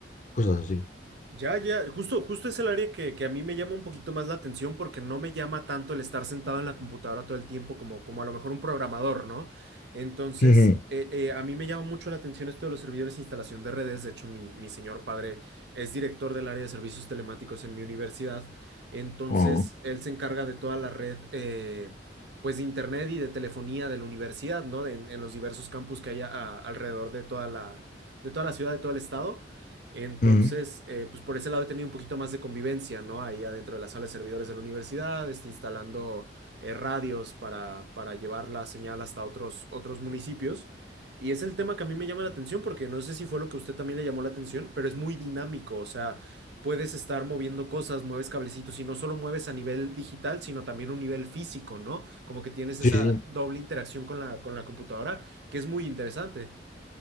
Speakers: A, on the left (about 45°); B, on the right (about 70°).
A: cosas así.
B: Ya, ya, justo, justo es el área que, que a mí me llama un poquito más la atención porque no me llama tanto el estar sentado en la computadora todo el tiempo como, como a lo mejor un programador, ¿no? Entonces,
A: <laughs> Ujú.
B: eh, eh, a mí me llama mucho la atención esto de los servidores de instalación de redes. De hecho, mi, mi señor padre es director del área de servicios telemáticos en mi universidad. Entonces,
A: Ujú.
B: él se encarga de toda la red, eh, pues de internet y de telefonía de la universidad, ¿no? De- en, en los diversos campus que hay a- a- alrededor de toda la, de toda la ciudad, de todo el estado. Entonces,
A: Ujú.
B: eh, pues por ese lado he tenido un poquito más de convivencia, ¿no? Ahí adentro de la sala de servidores de la universidad, este, instalando eh, radios para, para llevar la señal hasta otros, otros municipios. Y es el tema que a mí me llama la atención porque no sé si fue lo que a usted también le llamó la atención, pero es muy dinámico, o sea, puedes estar moviendo cosas, mueves cablecitos y no solo mueves a nivel digital, sino también un nivel físico, ¿no? Como que tienes esa
A: Sí, sí,
B: doble interacción con la, con la computadora, que es muy interesante.